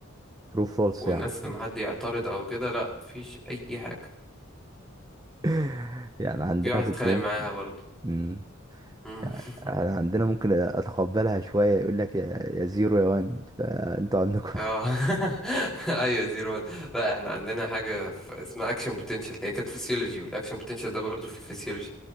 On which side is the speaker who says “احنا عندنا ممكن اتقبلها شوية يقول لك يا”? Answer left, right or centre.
Right